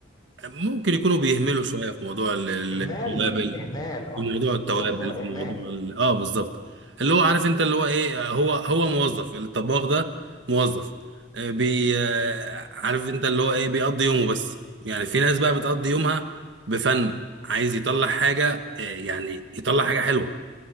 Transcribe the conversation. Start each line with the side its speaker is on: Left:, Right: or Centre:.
Right: ممكن يكونوا بيهملوا شويه في موضوع ال- ال-
Left: إهمال
Right: التوابل
Left: إهمال أه
Right: في موضوع التوابل
Left: بالظبط هو إهمال
Right: في موضوع ال... اه بالظبط اللي هو عارف انت اللي هو ايه هو هو موظف الطباخ ده موظف آه، بي آه، عارف انت اللي هو ايه بيقضي يومه بس يعني في ناس بقى بتقضي يومها بفن عايز يطلع حاجه آه، يعني يطلع حاجه حلوه